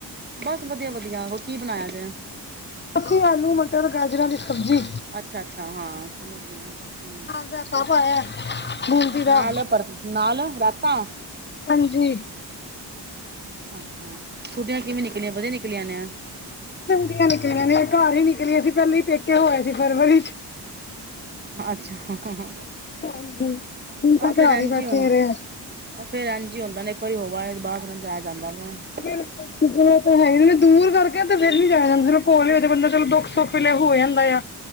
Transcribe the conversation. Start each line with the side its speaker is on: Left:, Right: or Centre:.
Right: ਬਸ ਵਧੀਆ ਵਧੀਆ ਹੋਰ ਕੀ ਬਣਾਇਆ ਜਾੇ
Left: ਅਸੀਂ ਆਲੂ ਮਟਰ ਗਾਜਰਾਂ ਦੀ ਸਬਜ਼ੀ
Right: ਅੱਛਾ ਅੱਛਾ ਹਾਂ ਸਮਝ ਗਈ ਮੈਂ ਹੂੰ
Left: <unintelligible> ਦਾ
Right: ਨਾਲ ਏ ਪਰ ਨਾਲ ਏ ਰਾਤਾਂ
Left: ਹਾਂਜੀ
Right: ਅੱਛਾ ਛੁੱਟੀਆਂ ਕਿਵੇਂ ਨਿਕਲੀਆਂ ਵਧੀਆ ਨਿਕਲੀਆਂ ਨੇ
Left: ਦੀਆਂ ਨਿਕਲੀਆਂ ਨੇ ਘਰ ਹੀ ਨਿਕਲੀਆਂ ਨੇ ਪਹਿਲੇ ਈ ਪੇਕੇ ਹੋ ਆਏ ਸੀ ਫਰਵਰੀ ਚ
Right: ਅੱਛਾ <unintelligible>
Left: ਹਾਂਜੀ ਹੁਣ ਤਾਂ
Right: ਆਹ ਫੇਰ
Left: ਘਰ
Right: ਇੰਝ
Left: ਈ ਬੈਠੇ
Right: ਹੀ ਹੁੰ
Left: ਰਹੇ ਆ
Right: ਉਹ ਫੇਰ ਇੰਝ ਹੀ ਹੁੰਦਾ ਨੇ ਇੱਕ ਵਾਰੀ ਹੋ ਆਏ ਫਿਰ ਬਾਦ ਚ ਨੀ ਜਾਇਆ ਜਾਂਦਾ ਵ
Left: <unintelligible> <unintelligible> ਦੂਰ ਕਰਕੇ ਤੇ ਫਿਰ ਨੀ ਜਾਇਆ ਜਾਂਦਾ ਸੀ ਕੋਲ ਹੀ ਹੋ ਤੇ ਬੰਦਾ ਚਲੋ ਦੁੱਖ ਸੁੱਖ ਵੇਲੇ ਹੋ ਆਂਦਾ ਆ